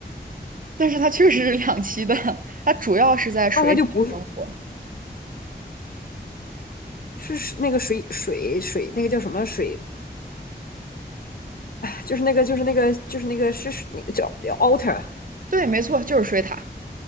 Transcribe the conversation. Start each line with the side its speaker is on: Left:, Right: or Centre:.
Right: <laughs> 但是它确实是两栖的，它主要是在水里面生活。
Left: 那它就不是是是那个水水水那个叫什么水，就是那个就是那个就是那个是是那个叫叫 otter，
Right: 对，没错，就是水獭。